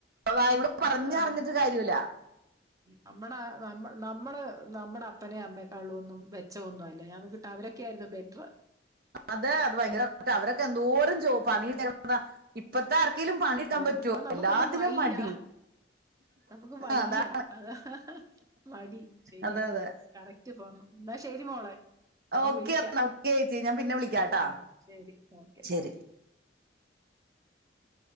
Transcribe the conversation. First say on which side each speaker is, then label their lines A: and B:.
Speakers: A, on the right; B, on the right.
A: വായകൊണ്ട് പറഞ്ഞറിഞ്ഞിട്ട്
B: ആഹ്
A: കാര്യല്ല
B: നമ്മടെ നമ്മ നമ്മള് നമ്മടെ അപ്പനെ അമ്മയേക്കാളൊന്നും മെച്ചൊന്നും അല്ല ഞാൻ നോക്കീ ട്ട് അവരൊക്കെയായിരുന്നു ബെറ്റർ
A: അതെ അത് ഭയങ്കര അവരൊക്കെ എന്തോരം ജോ പണി എടുത്ത് നടന്നതാ ഇപ്പത്തെ ആർക്കെങ്കിലും പണി എടുക്കാൻ
B: അതെ
A: പറ്റുമോ
B: ഇപ്പൊ നമുക്കൊന്നും
A: എല്ലാത്തിനും
B: വയ്യ
A: മടി
B: നമുക്ക് വയ്യ
A: അതാ
B: അതാ മടി ശരിയാ
A: അതെ അതെ
B: കറക്റ്റ് ഫോം ശരി മോളെ ഞാൻ
A: ഓക്കെ
B: വിളിക്കാം
A: ഓക്കെ ചേച്ചി ഞാൻ പിന്നെ വിളിക്കാട്ടാ
B: ആഹ് ശരി ഓക്കെ
A: ശരി
B: ആഹ് <inaudible>